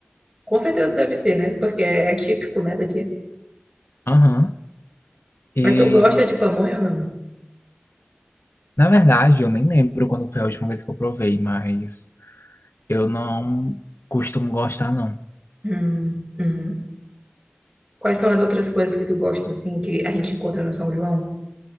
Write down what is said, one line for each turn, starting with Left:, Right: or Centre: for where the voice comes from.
Right: com certeza deve ter, né? Porque é, é típico, né, daqui.
Left: Aham. E,
Right: Mas tu gosta de pamonha ou não?
Left: na verdade, eu nem lembro quando foi a última vez que eu provei, mas eu não costumo gostar, não.
Right: Hum, uhum. Quais são as outras coisas que tu gosta, assim, que a gente encontra no São João?